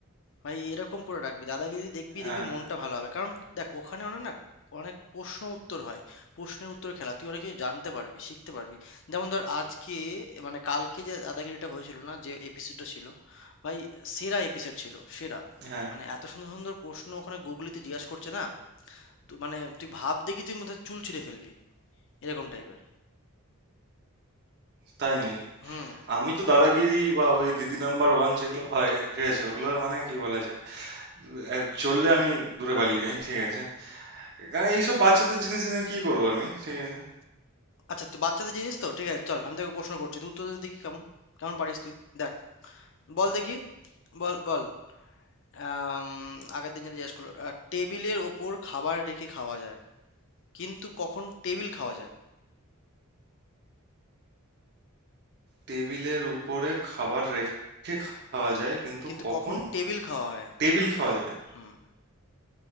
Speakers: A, on the left (about 60°); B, on the right (about 50°).
A: ভাই এরকম করে রাখবি দাদাগিরি দেখবি
B: হ্যাঁ
A: দেখবি মনটা ভালো হবে কারণ দেখ ওখানে অনেক না অনেক প্রশ্ন উত্তর হয় প্রশ্নের উত্তর খেলা তুই অনেক কিছু জানতে পারবি শিখতে পারবি যেমন ধর আজকে মানে কালকে যে দাদাগিরিটা হয়েছিল না যে এপিসোডটা ছিল ভাই সেরা এপিসোড ছিল সেরা
B: হ্যাঁ
A: মানে এত সুন্দর সুন্দর প্রশ্ন ওখানে গুগলিতে জিজ্ঞাসা করছে না তুই মানে তুই ভাব দেখি তুই মধ্যে চুল ছিঁড়ে ফেলবি এরকম টাইপের
B: তাই নাকি
A: হুম
B: আমি তো দাদাগিরি বা ওই দিদি নাম্বার ওয়ান যেগুলো হয় ঠিক আছে ওগুলো
A: হুম
B: মানে কি বলা যায় এ, চললে আমি দূরে পালিয়ে যাই ঠিক আছে এখানে এইসব বাচ্চাদের জিনিস জেনে কি করবো আমি ঠিক আছে
A: আচ্ছা তুই বাচ্চাদের জিনিস তো ঠিক আছে চল আমি তোকে প্রশ্ন করছি তুই উত্তর দে দেখি কেমন কেমন পারিস তুই দেখ বল দেখি বল বল আম, আগের দিন যেটা জিজ্ঞেস করলো আহ, টেবিলের ওপর খাবার রেখে খাওয়া যায় কিন্তু কখন টেবিল খাওয়া যায়
B: টেবিলের উপরে খাবার রেখে খাওয়া যায় কিন্তু
A: কিন্তু
B: কখন
A: কখন টেবিল খাওয়া হয়
B: টেবিল খাওয়া যায়
A: হুম